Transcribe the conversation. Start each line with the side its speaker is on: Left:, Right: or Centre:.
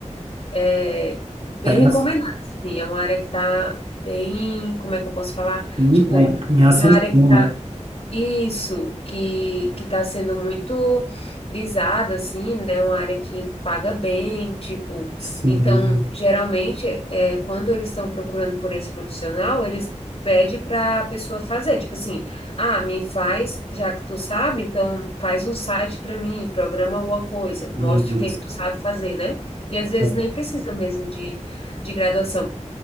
Left: É bem
Right: Tá em,
Left: recomendada,
Right: as-
Left: assim. É uma área que tá bem, como é que eu posso falar?
Right: sim,
Left: Tipo,
Right: tá em em ascensão,
Left: uma área que tá
Right: né?
Left: isso, que que tá sendo muito visada, assim, né? Uma área que paga bem, tipo.
Right: Sim,
Left: Então, geralmente, é, quando eles estão procurando por esse profissional, eles pedem para a pessoa fazer, tipo assim, ah, me faz, já que tu sabe, então faz um site para mim, programa alguma coisa, mostra
Right: meu Deus.
Left: o que que tu sabe fazer, né? E às vezes
Right: É,
Left: nem precisa mesmo de, de graduação.